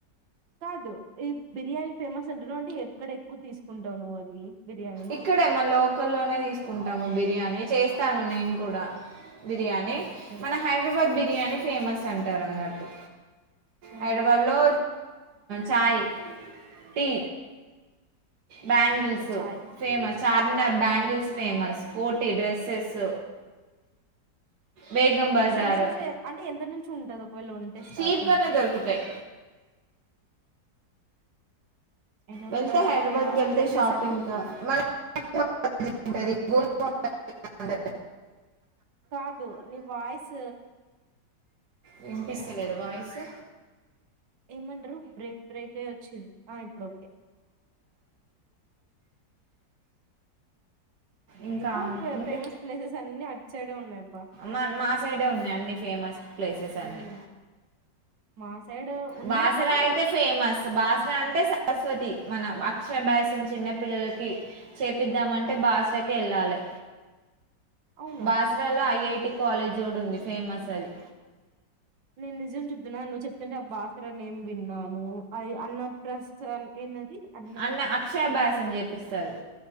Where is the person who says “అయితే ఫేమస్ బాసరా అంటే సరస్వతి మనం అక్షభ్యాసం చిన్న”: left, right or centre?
Right